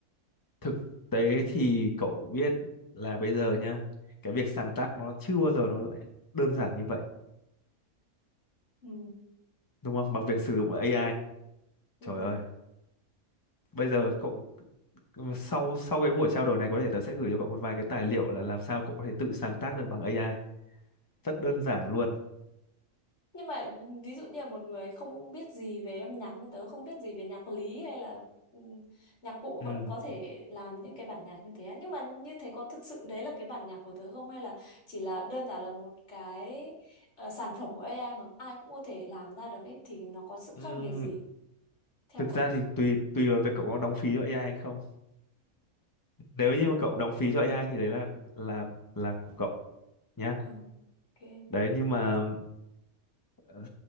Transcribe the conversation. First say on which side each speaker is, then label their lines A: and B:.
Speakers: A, on the left (about 15°); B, on the left (about 50°).
A: thực tế thì cậu biết là bây giờ nhá cái việc sáng tác nó chưa bao giờ nó lại đơn giản như vậy
B: ừ.
A: đúng không bằng việc sử dụng AI
B: Ừ.
A: trời ơi bây giờ cậu Ừ, sau sau cái buổi trao đổi này có thể tớ sẽ gửi cho cậu một vài cái tài liệu là làm sao cậu có thể tự sáng tác được bằng AI rất đơn giản
B: Ok.
A: luôn
B: nhưng mà ví dụ như là một người không biết gì về âm nhạc như tớ không biết gì về nhạc lý hay là ừ, nhạc cụ
A: ừ.
B: vẫn có thể làm những cái bản nhạc như thế á. nhưng mà như thế có thực sự đấy là cái bản nhạc của tớ không hay là chỉ là đơn giản là một cái ờ, sản phẩm của AI mà ai cũng có thể làm ra được ấy thì nó có sự
A: Ừ.
B: khác biệt gì theo
A: thực
B: cậu
A: ra thì tùy tùy vào việc cậu có đóng phí cho AI hay không nếu như mà cậu đóng phí cho AI thì đấy là là là của cậu nhá
B: ừ. ok
A: đấy nhưng mà ờ,